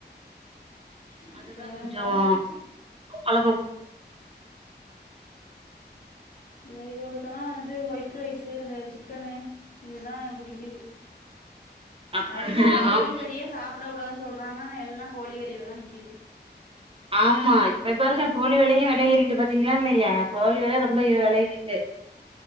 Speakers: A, on the left (about 50°); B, on the right (about 30°).
A: அன்னைக்கு
B: அதுதா
A: ஒரு
B: கொஞ்சம்
A: ரெண்டு நாள் வச்சே
B: அலபம்
A: இந்த இதவக்கெல்லாம் வந்து ஒயிட் ரைஸு இந்த சிக்கனு இதுதா புிடிக்குது
B: அப்ப
A: அதிகமே கோழிக்கறியே
B: ஆம்.
A: சாப்ப க்க கூடாதுன்னு சொல்றாங்க ஆனா எல்லாம் கோழிறியில தா நிக்குது
B: ஆமா இப்ப பாருங்க கோழி விலையும் ஏறிட்டு பாத்தீங்களா இல்லையா கோழி வில ரொம்ப ஏடிட்டு